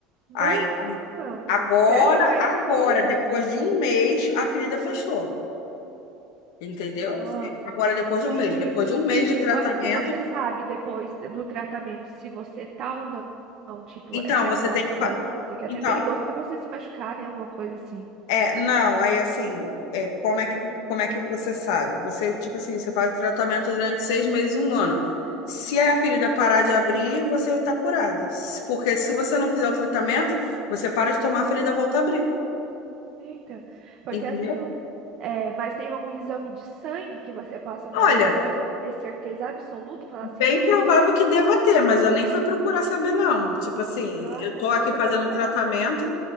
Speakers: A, on the right; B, on the left.
A: Meu
B: Aí,
A: pai amado.
B: agora,
A: Sério que vai
B: agora,
A: isso tudo?
B: depois de um mês, a ferida fechou, entendeu?
A: Nossa.
B: Agora, depois de
A: Ei,
B: um mês,
A: prima,
B: depois de um mês de
A: e
B: tratamento,
A: como que você sabe depois do tratamento se você tá ou não, não, tipo,
B: Então,
A: é que essa
B: você
A: bactéria
B: tem que fa...
A: dentro de você, que é
B: Então,
A: até perigoso pra você se machucar, né? Alguma coisa assim.
B: é, não, aí assim, é, como é que, como é que você sabe? Você, tipo assim, você faz o tratamento durante seis meses, um ano.
A: Uhum.
B: Se a ferida parar de abrir, você está curado. Se- Porque se você não fizer o tratamento, você para de tomar, a ferida volta a abrir.
A: Eita, porque
B: Entendeu?
A: assim, ó, é, mas tem algum exame de sangue que você possa fazer
B: Olha,
A: depois pra ter certeza absoluta? Falar assim,
B: bem
A: não,
B: provável
A: não tô.
B: que deva ter, mas eu nem fui procurar saber, não. Tipo assim,
A: Nossa,
B: eu tô
A: é
B: aqui
A: bom você
B: fazendo
A: procurar,
B: o tratamento,
A: porque